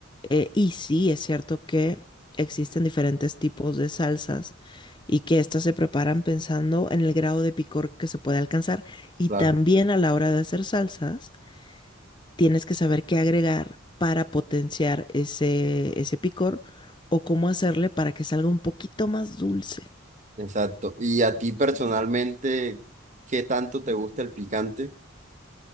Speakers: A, on the left; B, on the right.
A: Eh, y sí, es cierto que existen diferentes tipos de salsas y que estas se preparan pensando en el grado de picor que se puede alcanzar. Y
B: claro,
A: también a la hora de hacer salsas tienes que saber qué agregar para potenciar ese, ese picor o cómo hacerle para que salga un poquito más dulce.
B: exacto. ¿Y a ti personalmente, qué tanto te gusta el picante?